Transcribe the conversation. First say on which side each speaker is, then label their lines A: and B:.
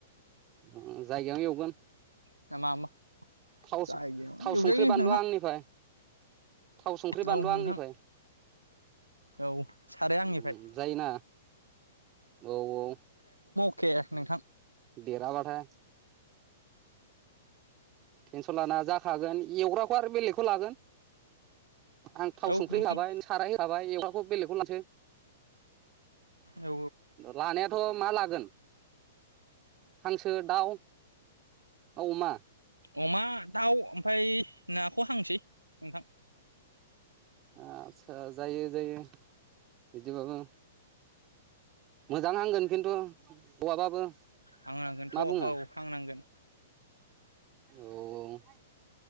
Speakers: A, on the right; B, on the right.
A: <unintelligible> जायगायाव एवगोन
B: <unintelligible>
A: थाव
B: जायगायाव
A: सु थाव
B: एवजायो
A: संख्रि बानुवा
B: नोंथां
A: आंनिफ्राय थाव संख्रि बानुवा
B: औ नोंथां
A: आंनिफ्राय
B: औ साराया आंनिफ्राय
A: उम जायोना औ औ
B: के नोंथां
A: देराबाथाय टेनसन लाना जाखागोन एवग्राखौ आरो बेलेगखौ लागोन आं थाव
B: औ
A: संख्रि
B: नोंथां
A: होखाबाय साराय होखाबाय एव बेलेगखौ लसै
B: औ
A: लानायाथ' मा लागोन हांसो दाउ अमा
B: अमा दाउ ओमफ्राय नाखौ हांसै नोंथां
A: आस्सा जायो जायो बिदिबाबो मोजां हगोन खिन्थु हौवाबाबो
B: हांनांगोनथ'
A: मा बुङो
B: हौ हांनांगोन
A: औ औ